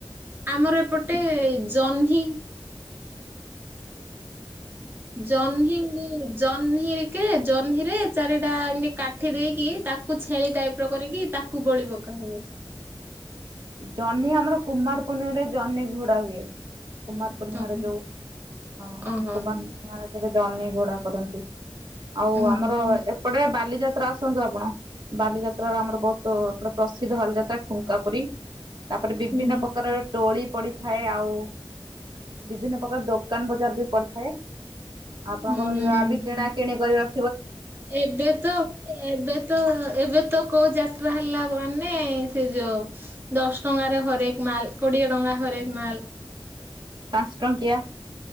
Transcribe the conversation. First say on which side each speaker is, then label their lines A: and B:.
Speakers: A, on the right; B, on the right.
A: ଆମର ଏପଟେ ଜହ୍ନି। ଜହ୍ନି ଙ୍ଗ ଜହ୍ନି। କେ ଜହ୍ନି ରେ ଚାରିଟା ଏମତି କାଠି ଦେଇକି ତାକୁ ଛେଳି ଟାଇପ ର କରିକି ତାକୁ ବଳିପକା ଆଉ <inaudible>
B: ଜହ୍ନି ଆମର କୁମାର ପୂର୍ଣ୍ଣିମାରେ ଜହ୍ନି ଘୋଡା ହୁଏ। କୁମାର ପୂର୍ଣ୍ଣିମାର
A: ହୁଁ ହୁଁ
B: ଯୋଉ ହଁ
A: ଓହୋ
B: କୁମାର
A: ହୁଁ
B: ପୂର୍ଣ୍ଣିମାରେ ସେଇ ଜହ୍ନି ଘୋଡା କରନ୍ତି ଆଉ
A: ଉଁ
B: ଆମର ଏପଟେ ବାଲିଯାତ୍ରା ଆସନ୍ତୁ ଆପଣ। ବାଲିଯାତ୍ରା ର ଆମର ବହୁତ ପ୍ରସିଦ୍ଧ ବାଲିଯାତ୍ରା ଠୁଙ୍କା ପୁରୀ। ତାପରେ ବିଭିନ୍ନ
A: ହୁଁ ହୁଁ
B: ପ୍ରକାରର ଡୋଳି ପଡିଥାଏ ଆଉ ବିଭିନ୍ନ ପ୍ରକାର ଦୋକାନ ବଜାର ବି ପଡିଥାଏ। ଆପଣଙ୍କର
A: ହୁଁ।
B: ଯାହା ବି କିଣାକିିଣି କରିବା-
A: ଏବେ ତ, ଏବେ ତ, ଏବେ ତ କୋଉ ଜାତ ତୁଆ ହେଲା ମାନେ, ସେ ଯୋଉ ଦଶ ଟଙ୍କାରେ ହରେକ ମାଲ, କୋଡିଏ ଟଙ୍କା ହରେକ ମାଲ <inaudible>
B: ପାଞ୍ଚ ଟଙ୍କିଆ